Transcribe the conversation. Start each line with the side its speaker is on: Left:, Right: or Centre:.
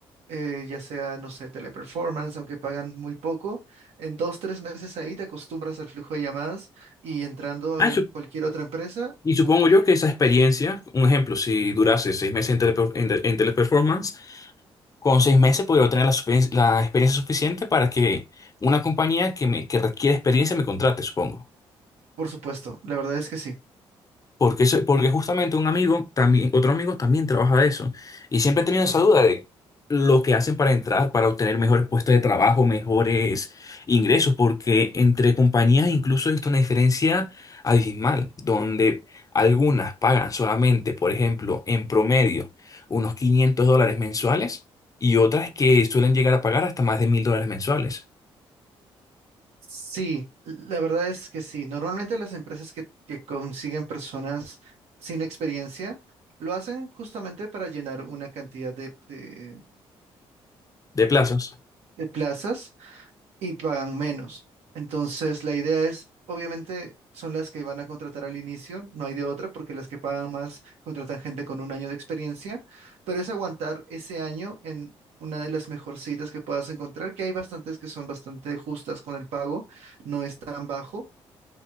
Right: eh, ya sea, no sé, teleperformance, aunque pagan muy poco, en dos, tres meses ahí te acostumbras al flujo de llamadas y entrando a
Left: Ah,
Right: un-
Left: y, sup-
Right: cualquier otra empresa,
Left: y supongo
Right: cu- eh,
Left: yo que esa experiencia, un ejemplo, si durase seis meses en, teleper- en te- en teleperformance, con seis meses podría obtener la, sufici- la experiencia suficiente para que una compañía que, me, que requiere experiencia me contrate, supongo.
Right: por supuesto, la verdad es que sí.
Left: Porque, eso- porque justamente un amigo también, otro amigo también trabaja de eso. Y siempre he tenido esa duda de lo que hacen para entrar, para obtener mejores puestos de trabajo, mejores ingresos, porque entre compañías incluso he visto una diferencia abismal, donde algunas pagan solamente, por ejemplo, en promedio, unos 500 dólares mensuales y otras que suelen llegar a pagar hasta más de 1000 dólares mensuales
Right: Sí, la verdad es que sí. Normalmente las empresas que, que consiguen personas sin experiencia lo hacen justamente para llenar una cantidad de, de-
Left: de
Right: de-
Left: plazos.
Right: de plazas y pagan menos. Entonces, la idea es, obviamente, son las que van a contratar al inicio, no hay de otra, porque las que pagan más contratan gente con un año de experiencia, pero es aguantar ese año en una de las mejorcitas que puedas encontrar, que hay bastantes que son bastante justas con el pago, no es tan bajo,